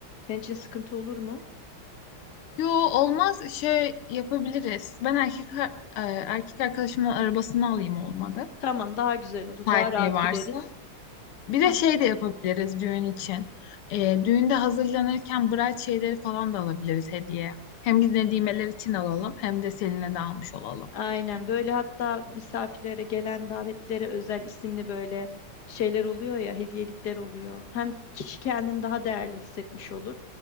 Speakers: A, on the left (about 50°); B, on the left (about 85°).
A: Senin için sıkıntı olur mu?
B: Yo olmaz şey yapabiliriz. Ben erkek e, erkek arkadaşımın arabasını alayım olmadı.
A: Tamam, daha güzel olur.
B: Müsaitliği
A: Daha rahat
B: varsa.
A: gideriz.
B: Bir
A: Tamam.
B: de şey de yapabiliriz düğün için. E, düğünde hazırlanırken bride şeyleri falan da alabiliriz hediye. Hem biz Nedimeler için alalım hem de Selin'e de almış olalım.
A: Aynen böyle hatta misafirlere gelen davetlere özel isimli böyle şeyler oluyor ya, hediyelikler oluyor. Hem kişi kendini daha değerli hissetmiş olur.